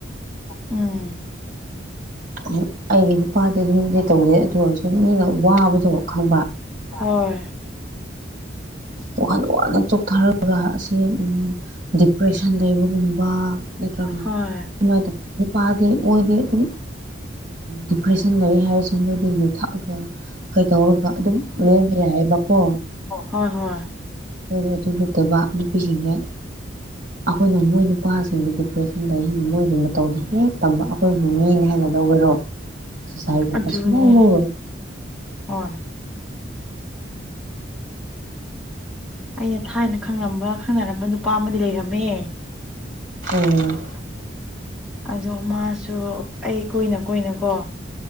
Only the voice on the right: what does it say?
ꯑꯃꯨꯛ ꯑꯩꯒꯤ ꯅꯨꯄꯥꯗꯤ ꯑꯗꯨꯝꯗꯤ ꯇꯧꯗꯦ ꯑꯗꯨ ꯑꯣꯏꯔꯁꯨꯨ ꯃꯤꯅ ꯋꯥꯕꯗꯣ ꯈꯪꯕ
ꯋꯥꯈꯜ ꯋꯥꯅ ꯆꯣꯛꯊꯔꯒ ꯑꯁꯤ ꯑꯝ ꯗꯤꯄ꯭ꯔꯦꯁꯟ ꯂꯩꯕꯒꯨꯝꯕ ꯅꯠꯇ꯭ꯔꯒ
ꯁꯨꯃꯥꯏ ꯅꯨꯄꯥꯗꯤ ꯃꯣꯏꯗꯤ ꯑꯗꯨꯝ ꯗꯤꯄ꯭ꯔꯦꯁꯟ ꯂꯩꯌꯦ ꯍꯥꯏꯔꯁꯨ ꯃꯣꯏꯗꯤ ꯌꯨ ꯊꯛꯑꯒ ꯀꯩꯗꯧꯔꯒ ꯑꯗꯨꯝ ꯂꯦꯟꯕ ꯌꯥꯏꯌꯦꯕ ꯀꯣ
ꯍꯣꯏ ꯑꯗꯨ ꯅꯠꯇꯦꯕ ꯅꯨꯄꯤꯁꯤꯡꯅꯦ ꯑꯩꯈꯣꯏꯅ ꯃꯣꯏ ꯅꯨꯄꯥꯁꯤꯡꯗꯨ ꯗꯤꯄ꯭ꯔꯦꯁꯟꯗꯒꯤ ꯍꯦꯟꯅ ꯃꯣꯏꯕꯨ ꯃꯇꯧꯗ ꯍꯦꯛ ꯇꯝꯕ ꯑꯩꯈꯣꯏꯕꯨ ꯃꯤꯅꯦ ꯍꯥꯏꯅ ꯂꯧꯒꯦꯔꯣ ꯁꯣꯁꯥꯏꯇꯤꯅ
ꯁꯨꯡꯂꯧ ꯂꯧꯔꯣꯏ
ꯎꯝ